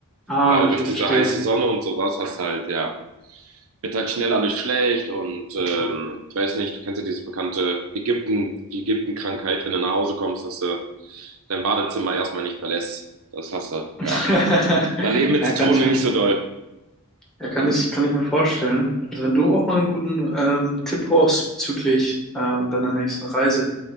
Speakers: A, in the centre; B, on the right.
A: Ah,
B: Weil
A: okay,
B: durch diese
A: verstehe.
B: heiße Sonne und sowas hast halt, ja, wird halt schnell alles schlecht und ähm, ich weiß nicht, du kennst ja dieses bekannte Ägypten, die ägypten wenn du nach Hause kommst, dass du dein Badezimmer erstmal nicht verlässt. Das hast du,
A: <laughs>
B: ja. Dann eben mit
A: Ja,
B: Zitrone
A: kann ich
B: nicht so doll.
A: Ja, kann ich, kann ich mir vorstellen. Also wenn du auch mal einen guten ähm, Tipp brauchst bezüglich ähm, deiner nächsten Reise,